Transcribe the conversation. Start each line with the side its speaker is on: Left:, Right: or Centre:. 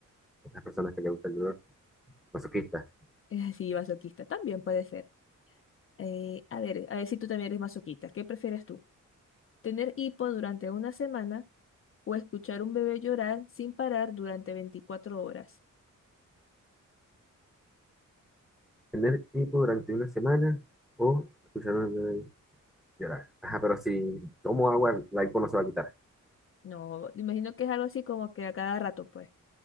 Centre: Estas personas que les gusta el dolor, masoquistas.
Left: Es así, masoquista. También puede ser. Eh, a ver, a ver si tú también eres masoquista. ¿Qué prefieres tú? ¿Tener hipo durante una semana o escuchar un bebé llorar sin parar durante 24 horas?
Centre: Tener hipo durante una semana o escuchar un bebé llorar. Ajá, pero si tomo agua, la hipo no se va a quitar.
Left: No, imagino que es algo así como que a cada rato, pues.